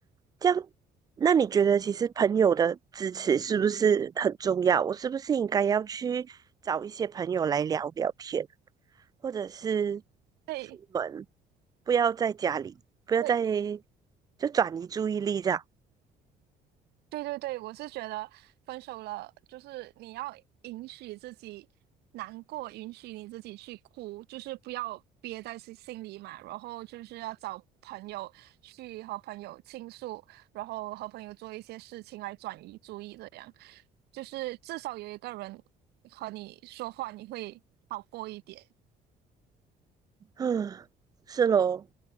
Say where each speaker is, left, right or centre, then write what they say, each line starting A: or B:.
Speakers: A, on the right; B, on the right.
A: 这样，那你觉得其实朋友的支持是不是很重要？我是不是应该要去找一些朋友来聊聊天，或者是
B: 对。
A: 出门，不要在家里，不要在，
B: 对，
A: 就转移注意力这样。
B: 对对对，我是觉得分手了，就是你要允许自己难过，允许你自己去哭，就是不要憋在心心里嘛。然后就是要找朋友去和朋友倾诉，然后和朋友做一些事情来转移注意，这样就是至少有一个人和你说话，你会好过一点。
A: 嗯，是咯，